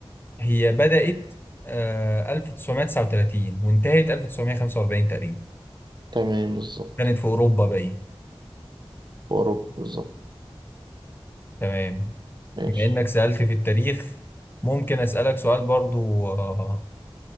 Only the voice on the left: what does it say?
هي بدأت آه 1939 وانتهت 1945 تقريبا
كانت في أوروبا باين
تمام
بما إنك سألت في التاريخ ممكن أسألك سؤال برضو آه